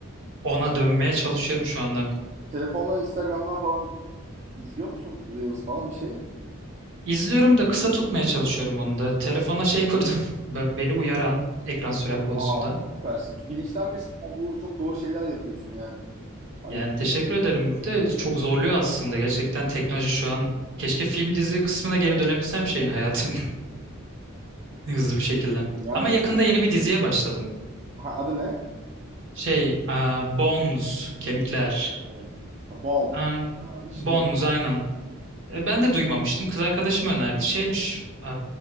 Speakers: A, on the right; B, on the right.
A: ona dönmeye çalışıyorum şu anda.
B: Telefondan, Instagram'dan falan izliyor musun Reels falan bir şey?
A: İzliyorum da kısa tutmaya çalışıyorum
B: Hı.
A: onu da. Telefona şey kurdum. <laughs> be- Beni uyaran ekran sürem konusunda.
B: Aa, süpersin. Çünkü bilinçlenmesin. Bu çok doğru şeyler yapıyorsun yani. Hani
A: Yani
B: e,
A: teşekkür ederim. Bir de çok zorluyor aslında. Gerçekten teknoloji şu an keşke film dizi kısmına geri dönebilsem şeyin hayatım <laughs> hızlı bir şekilde.
B: yani
A: Ama yakında yeni bir diziye başladım.
B: ha, adı ne?
A: Şey, aa, Bones, Kemikler.
B: Bones. Ha, Bones.
A: Ee,
B: Ha, hiç
A: Bones
B: duymadım.
A: aynen. E, Ben de duymamıştım. Kız arkadaşım önerdi. Şeymiş. e,